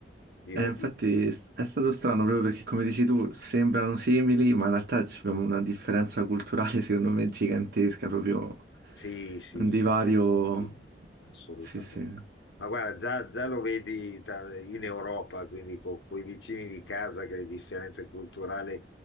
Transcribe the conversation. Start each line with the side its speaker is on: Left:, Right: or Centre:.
Left: Io,
Right: Eh, infatti s- è stato strano proprio perché, come dici tu, sembrano simili, ma in realtà ci abbiamo una differenza culturale, secondo me, gigantesca, proprio
Left: Sì, sì,
Right: un divario.
Left: sì, pensa un film, assolutamente.
Right: Sì, sì,
Left: Ma guarda, già, già lo vedi tra- in Europa, quindi con quei vicini di casa che le differenze culturali